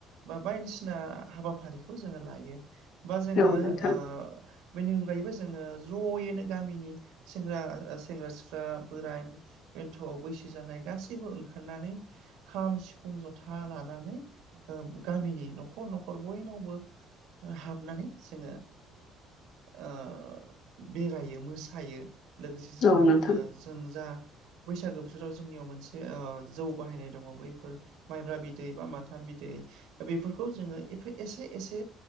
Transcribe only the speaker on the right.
बा बायदिसिना हाबाफारिखौ जोंङो लायो बा जोंङो
ओ बैनि अनगायैबो जोंङो ज'यैनो गामिनि सेंग्रा सेंग्रा सिख्ला बोराय बेन्थु' बैसो जानाय गासैबो ओंखारनानै खाम फुं जथा लानानै ओ गामिनि न'खर न'खर बयनावबो हाबनानै जोंङो ओ बेरायो मोसायो लोगोसे जोंना
जों जा बैसागो बोथोराव जोंनियाव मोनसे ओओ जौ बाहायनाय दंङ बैफोर माइब्रा बिदै बा माथा बिदै बेफोरखौ जोंङो एफा एसे एसे